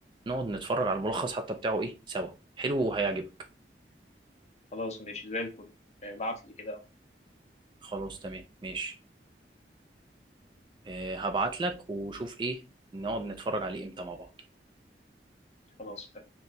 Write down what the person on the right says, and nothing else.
نقعد نتفرج على الملخص حتى بتاعه ايه سوا حلو وهيعجبك
خلاص تمام ماشي آه، هبعت لك وشوف ايه نقعد نتفرج عليه امتى مع بعض